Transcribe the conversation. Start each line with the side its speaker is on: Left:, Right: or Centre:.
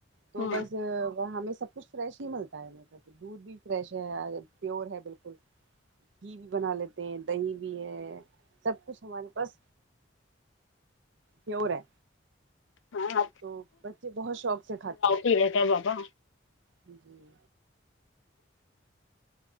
Right: تو
Left: ہاں
Right: بس وہ ہمیں سب کچھ فریش ہی ملتا ہے دودھ بھی فریش ہے پیور ہے بالکل گھی بھی بنا لیتے ہیں دہی بھی ہے سب کچھ ہمارے پاس پیور ہیں
Left: ہاں
Right: تو بچے بہت شوق سے کھاتے ہیں
Left: پی لیتے ہے بابا
Right: بلکل